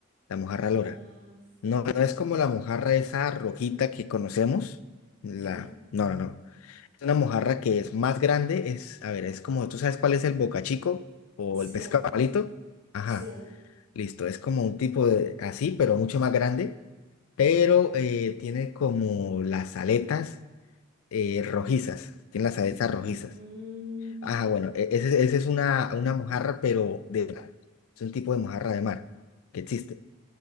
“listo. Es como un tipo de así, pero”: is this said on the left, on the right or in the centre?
Left